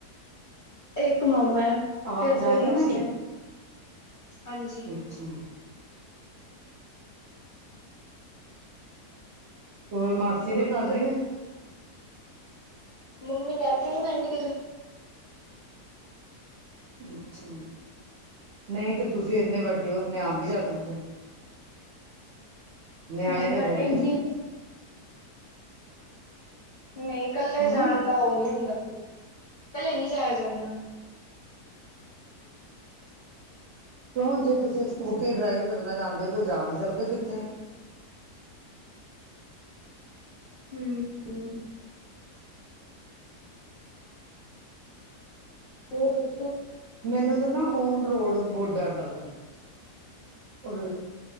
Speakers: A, on the left; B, on the right.
A: ਇੱਕ ਮਾਮਾ
B: ਆਵਾਜ਼
A: ਤੇ ਦੋ
B: ਆ ਰਹੀ
A: ਮਾਸੀਆਂ
B: ਹੈ ਮੇਰੀ
A: ਨੇ ਹਾਂਜੀ।
B: ਅੱਛਾ। ਹੋਰ ਮਾਸੀ
A: ਹੋਰ
B: ਦੇ ਘਰ
A: ਕੀ ਕਰਦੇ
B: ਨੀ ਗਏ?
A: ਮੰਮੀ ਲੈ ਕੇ ਨੀ ਜਾਂਦੀ ਕਿਤੇ।
B: ਅੱਛਾ। ਨਈ ਤੇ ਤੁਸੀਂ
A: ਹਾਂਜੀ
B: ਐਨੇ ਵੱਡੇ ਓ ਆਪਣੇ ਆਪ ਵੀ ਜਾ ਸਕਦੇ ਓ। ਨਿਆਣੇ
A: ਨਹੀਂ
B: ਤਾਂ
A: ਪਰ
B: ਹੋ ਨੀ।
A: ਇੰਨੀ ਨਈ, ਕੱਲੇ
B: ਹਮ
A: ਜਾਣ ਦਾ ਓ ਨੀ ਹੁੰਦਾ ਕੱਲੇ ਨੀ ਜਾਇਆ ਜਾਂਦਾ।
B: ਕਿਉਂ ਜੇ ਤੁਸੀਂ ਸਕੂਟੀ ਡਰਾਈਵ ਕਰਨਾ ਚਾਂਦੇ ਓ ਤਾਂ ਜਾ ਵੀ ਸਕਦੇ ਓ ਕਿੱਥੇ।
A: ਹੂੰ। ਹੂੰ। ਹੋਰ ਦੱਸੋ?
B: ਮੈਨੂੰ ਤਾਂ ਨਾ ਓਨ ਰੋਡ ਬੋ ਡਰ ਲੱਗਦਾ। ਔਰ